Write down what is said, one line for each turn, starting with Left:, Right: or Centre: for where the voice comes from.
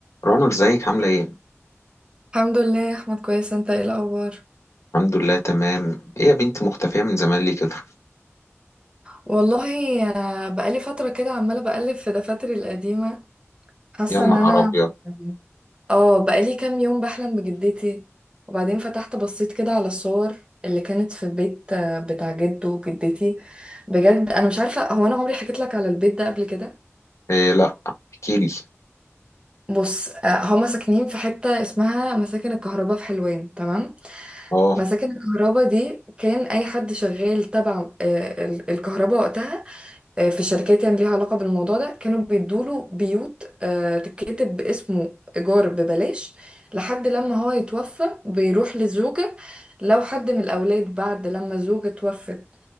Left: رنا ازيك عاملة ايه؟
Right: الحمد لله يا احمد كويس انت ايه الاخبار
Left: الحمد لله تمام ايه يا بنتي مختفية من زمان ليه كده؟
Right: والله آه، بقالي فتره كده عماله بقلب في دفاتري القديمه حاسه
Left: يا نهار
Right: ان انا
Left: ابيض
Right: يعني، اه بقالي كام يوم بحلم بجدتي وبعدين فتحت بصيت كده على الصور اللي كانت في البيت آه، بتاع جده وجدتي بجد انا مش عارفه هو انا عمري حكيت لك على البيت ده قبل كده
Left: ايه لا احكيلي
Right: بص آه، هما ساكنين في حته اسمها مساكن الكهرباء في حلوان تمام
Left: اه
Right: مساكن الكهرباء دي كان اي حد شغال تبع آه، ال- الكهرباء وقتها آه، في شركات يعني ليها علاقة بالموضوع ده كانوا بيدوله بيوت آه، تتكتب باسمه إيجار ببلاش لحد لما هو يتوفى بيروح للزوجة لو حد من الأولاد بعد لما الزوجة توفت